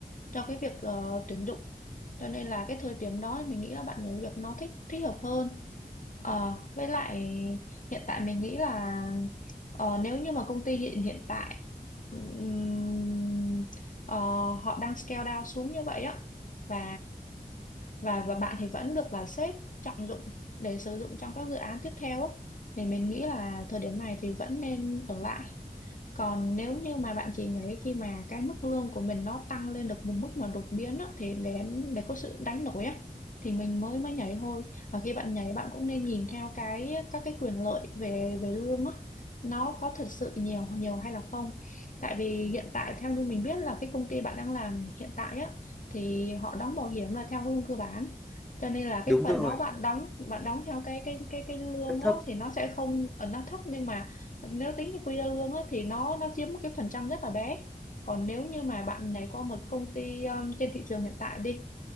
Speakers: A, on the left; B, in the centre.
A: cho cái việc ờ, tuyển dụng cho nên là cái thời điểm đó mình nghĩ là bạn nhảy việc nó thích thích hợp hơn Ờ, với lại hiện tại mình nghĩ là Ờ, nếu như mà công ty hiện hiện tại ừm, ờ, họ đang scale down xuống như vậy á và và và bạn thì vẫn được là sếp trọng dụng để sử dụng trong các dự án tiếp theo á thì mình nghĩ là thời điểm này thì vẫn nên ở lại còn nếu như mà bạn chỉ nhảy khi mà cái mức lương của mình nó tăng lên được một mức mà đột biến á, thì để để có sự đánh đổi á thì mình mới mới nhảy thôi. Và khi bạn nhảy bạn cũng nên nhìn theo cái các cái quyền lợi về về lương á nó có thật sự nhiều nhiều hay là không. Tại vì hiện tại theo như mình biết là cái công ty bạn đang làm hiện tại á thì họ đóng bảo hiểm là theo lương cơ bản. Cho nên là
B: đúng
A: cái phần
B: rồi
A: đó bạn đóng bạn đóng theo cái cái cái cái lương
B: cấp
A: đó
B: thấp
A: thì nó sẽ không ở nó thấp nhưng mà nếu tính cho quy ra lương á, thì nó nó chiếm một cái phần trăm rất là bé còn nếu như mà bạn này qua một công ty um, trên thị trường hiện tại đi